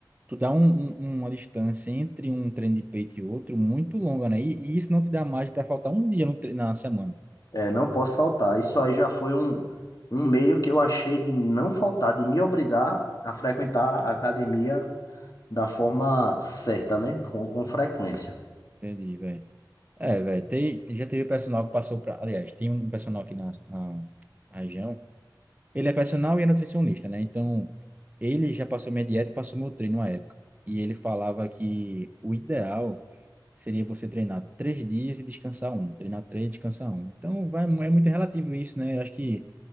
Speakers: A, on the right; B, on the left.
A: tu dá um, um- uma distância entre um treino de peito e outro muito longa, né? E, e isso não te dá mais para faltar um dia no tre- na semana.
B: É, não posso faltar. Isso aí já foi um, um meio que eu achei de não faltar, de me obrigar a frequentar a academia da forma certa, né? Com, com frequência.
A: Entendi, velho. É, velho, tem- já teve personal que passou para. Aliás, tem um personal aqui na, na na região Ele é personal e é nutricionista, né? Então, ele já passou minha dieta e passou meu treino à época. E ele falava que o ideal seria você treinar três dias e descansar um. Treinar três e descansar um. Então, vai, é muito relativo isso, né? Eu acho que